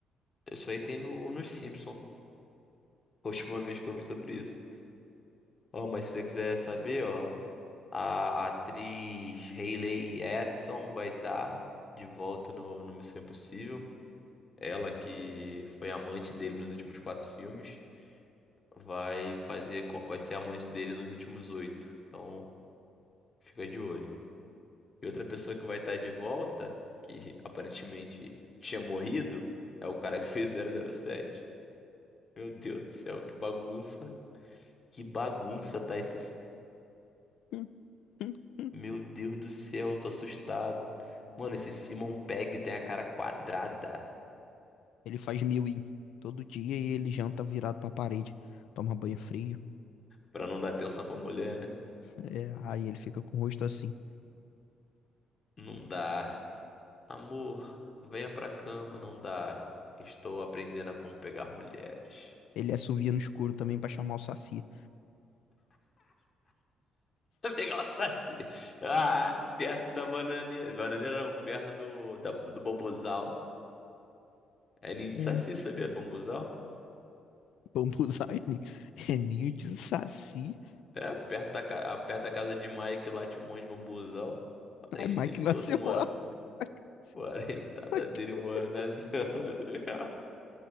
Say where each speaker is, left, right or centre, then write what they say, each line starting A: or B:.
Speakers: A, on the left (about 35°); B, on the left (about 80°).
A: Isso aí tem no, nos Simpsons. A última vez que eu vi sobre isso. Ó, mas se você quiser saber, ó, a atriz Hayley Atwell vai estar de volta no, no Missão Impossível. Ela que foi amante dele nos últimos quatro filmes. vai fazer, co- vai ser amante dele nos últimos oito. Então, fica de olho. E outra pessoa que vai estar de volta, que <laughs> aparentemente tinha morrido, é o cara que fez zero zero sete Meu Deus do céu, que bagunça. Que bagunça tá esse. f-
B: Hum, hum, hum.
A: Meu Deus do céu, tô assustado. Mano, esse Simon Pegg tem a cara quadrada.
B: Ele faz milwing todo dia e ele janta virado pra parede. Toma banho frio.
A: Pra não dar atenção pra mulher, né?
B: É, aí ele fica com o rosto assim.
A: Não dá. Amor, venha pra cama, não dá. Estou aprendendo a como pegar mulheres.
B: Ele assovia no escuro também pra chamar o saci.
A: <laughs> Pegar o saci. Ah, perto da bananeira. Bananeira não, perto do, da- do bambuzal. É ninho de
B: É.
A: saci, sabia? Bambuzal?
B: Vamos usar é ni- é ninho de saci.
A: É, perto da, ca- ah, perto da casa de Mike lá tinha um monte de bambuzal. Parente
B: Ai, Mike
A: dele todo
B: nasceu
A: morava.
B: lá. Mike nasceu,
A: Parentada
B: Mike
A: dele morando
B: nasceu
A: na
B: lá.
A: Zona do Real.